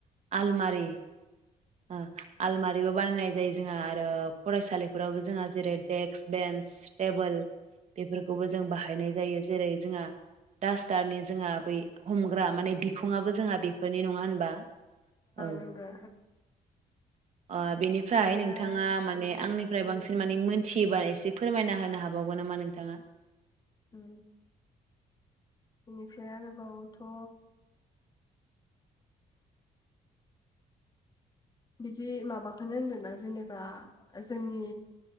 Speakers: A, on the right; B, on the left.
A: आलमारि ओ आल मारिबो बानायनाय जायो जोंहा आरो फरायसालिफोरावबो जोंहा जेरै देक्स बेन्स टेबोल बेफोरखौबो जों बाहायनाय जायो जेरै जोंहा दास्थ टारनि जोंहा बै हमग्रा माने बिखुङाबो जोंहा बेफोरनि नङा होनबा औ
B: नंगौ
A: ओ बेनिफ्राय
B: आरो
A: नोंथाङा माने
B: उम
A: आंनिफ्राय
B: उम
A: बांसिन माने मोनथि थियोबा एसे एसे फोरमायना होनो हाबावगोन नामा नोंथाङा
B: उम बेनिफ्राय आरोबावथ' बिदि माबाखोनो होनदोना जेनेबा जोंनि